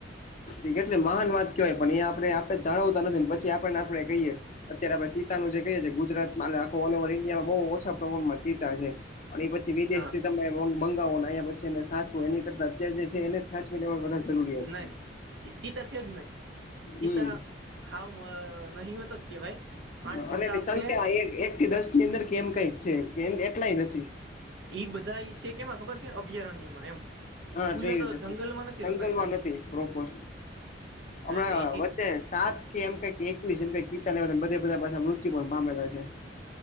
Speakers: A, on the left; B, on the right.
A: એ કેટલી મહાન વાત કેવાય પણ એ આપે આપડે જણાવતા નથી ને પછી આપડે ને આપડે કહીએ અત્યારે આપણે ચીતાનું જે કઈએ છીએ ગુજરાતમાં આખ ઓલ ઓવર ઇન્ડિયામાં બહુ ઓછા પ્રમાણમાં ચિત્તા છે. અને એ પછી વિદેશ
B: હા
A: થી તમે મંગાવોં પછી એ સાચવો એની કરતા અત્યારે જે છે એને સાચવી લેવુ વધારે જરૂરિયાત
B: નહીં
A: છે
B: એ તો છે જ નહી તે
A: હમ
B: તો સાવ નહીવત જ કેવાય. આ ચિતા
A: અને એની
B: આપડે
A: સંખ્યા એક થી દસ ની અંદર કેમ કઈક છે એટલાય નથી
B: એ બધા એ છે કેમાં ખબર છે અભયારણ્યમાં એમ
A: હા
B: ખુલ્લે
A: ક રીતે
B: તો જંગલમાં નથી
A: સા
B: રખડતા
A: જંગલમાં નથી પ્રોપર
B: હા
A: હમણાં
B: એટલે એ ચી
A: સાત કે એમ ક એકવીસ એમ ચીતા બધ બધા પાછા મૃત્યુ પણ પામેલા છે.